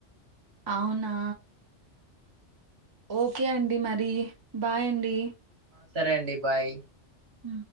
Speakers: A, on the right; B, on the right.
A: అవునా ఓకే అండి మరి బాయ్ అండి
B: సరే అండి బాయ్
A: అ